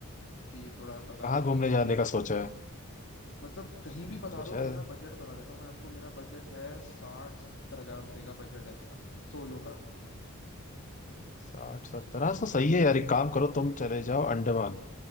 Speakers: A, on the left; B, on the left.
A: कि थोड़ा बता
B: कहाँ
A: दो कहीं
B: घूमने
A: घूमने
B: जाने का सोचा है
A: मतलब कहीं भी बता
B: कुछ
A: दो
B: है
A: मेरा बजट बता देता हूँ मैं आपको मेरा बजट है साठ से सत्तर हजार रुपये का बजट है मेरा सोलो का
B: साठ सत्तर हाँ तो सही है यार एक काम करो तुम चले जाओ अंडमान